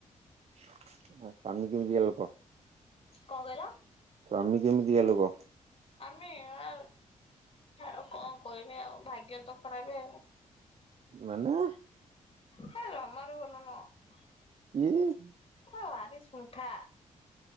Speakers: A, on the right (about 45°); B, on the left (about 40°).
A: ସାନ କେମିତି ଆଲ <unintelligible> କୁହ।
B: କଣ କହିଲ?
A: ସ୍ୱାମୀ କେମିତିକା ଲୋକ?
B: ମି ଆ ଛାଡ଼ କଣ କହିବି ଆଉ ଭାଗ୍ୟ ତ ଖରାପ ଆଉ?
A: ମାନେ
B: ହେ ଜମାରୁ ଭଲ ନୁହେଁ ।
A: <inaudible>
B: ଭାରି ସୁଣ୍ଠା ।